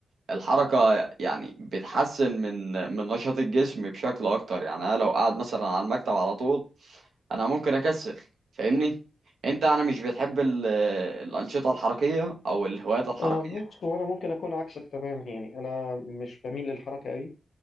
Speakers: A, on the right; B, on the left.
A: الحركة يعني بتحسن من من نشاط الجسم بشكل اكتر يعني انا لو قاعد مثلا على المكتب على طول انا ممكن اكسل فاهمني انت انا مش بتحب ال- الانشطة الحركية او الهوايات الحركية
B: آه بص هو انا ممكن اكون عكسك تماما يعني انا مش بميل للحركه قوي